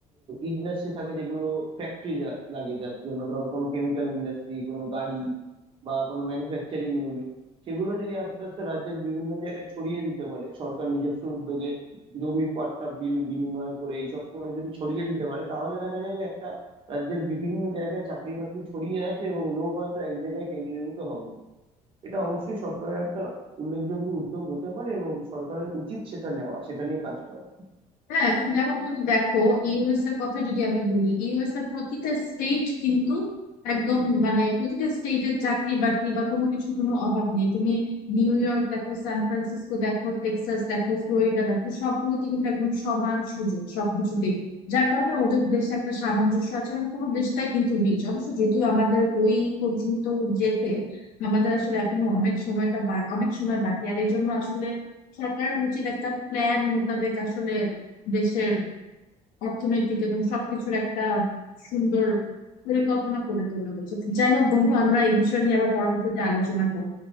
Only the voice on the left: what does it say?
হ্যাঁ যেমন তুমি দেখো ইউএস এর কথা যদি আমি বলি ইউএস এর প্রতিটা স্টেট কিন্তু একদম মানে প্রতিটা স্টেটের চাকরি বাকরি বা কোনো কিছু কোনো অভাব নেই তুমি নিউ ইয়র্ক দেখো সান ফ্রান্সিসকো দেখো টেক্সাস দেখো ফ্লোরিডা দেখো সবগুলোতে কিন্তু একদম সমান সুযোগ সবকিছুতেই যার কারণে ওদের দেশে একটা সামঞ্জস্য আছে এবং পুরো দেশটাই কিন্তু রিচ অবশ্য যদিও আমাদের ওই পর্যন্ত যেতে আমাদের আসলে এখনো অনেক সময়টা বা- অনেক সময় বাকি আর এই জন্য আসলে সরকার উচিত একটা প্ল্যান মোতাবেক আসলে দেশের অর্থনৈতিক এবং সবকিছুর একটা সুন্দর পরিকল্পনা করে তোলা উচিত যাই হোক বন্ধু আমরা এই বিষয় নিয়ে আবার পরবর্তীতে আলোচনা করবো